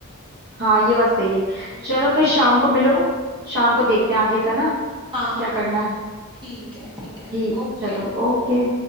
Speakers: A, on the right; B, on the right.
A: हाँ ये बात सही है
B: हम्म
A: चलो फिर शाम को मिलो शाम को देखते हैं आगे का ना
B: हाँ हाँ
A: क्या
B: हाँ
A: करना है
B: ठीक है ठीक है
A: ठीक
B: ओके
A: चलो ओके